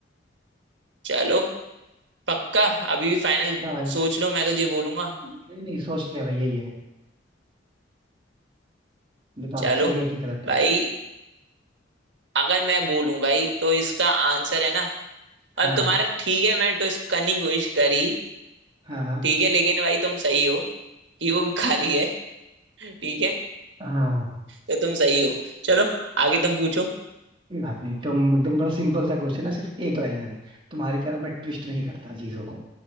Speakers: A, on the right; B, on the right.
A: चलो पक्का अभी भी फाइनल
B: क्या भाई
A: सोच लो मैं तो ये बोलूंगा
B: नहीं नहीं सोच ले भाई यही है बताओ
A: चलो
B: सही है कि गलत है
A: भाई अगर मैं बोलूं भाई तो इसका आंसर है ना
B: हाँ
A: अब तुम्हारा ठीक है मैं टुस करनी की कोशिश करी
B: हाँ हाँ
A: ठीक है लेकिन भाई तुम सही हो कि वो खाली है ठीक है
B: हाँ,
A: तो तुम सही हो चलो आगे तुम पूछो
B: कोई बात नहीं तुम एकदम बड़ा सिंपल सा क्वेश्चन है सिर्फ एक लाइनर है तुम्हारी तरह मैं ट्विस्ट नहीं करता चीजों को